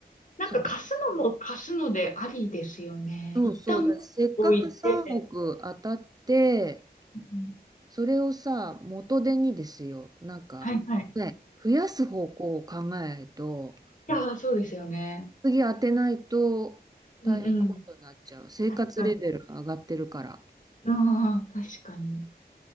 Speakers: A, on the left; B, on the right.
A: なんか貸すのも貸すのでありですよね。
B: そうだ。そうそうだ。
A: 一旦持っておいて、
B: せっかく3億当たって、
A: うん
B: それをさ、元手にですよ、なんか、
A: はいはい
B: ね、増やす方向を考えないと、
A: いやー、そうですよね。
B: 次当てないと大変なことになっちゃう。
A: うんうん。
B: 生活レベルが上がってるから。
A: 確かに。ああ、確かに。